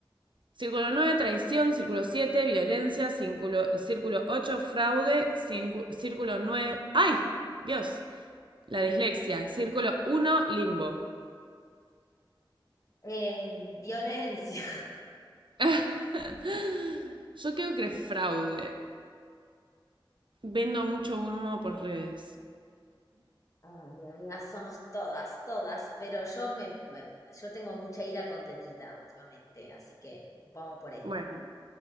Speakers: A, on the right (about 65°); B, on the left (about 40°).
A: Círculo 9, traición. Círculo 7, violencia. Círculo, círculo 8, fraude. Círculo, círculo 9. ¡Ay! Dios. La dislexia. Círculo uno, limbo.
B: Eh, violencia.
A: <laughs> Yo creo que es fraude. Vendo mucho humo por redes.
B: <laughs> Ay, amiga, somos todas, todas, pero yo me, me- yo tengo mucha ira contenida últimamente, así que vamos por este.
A: Bueno.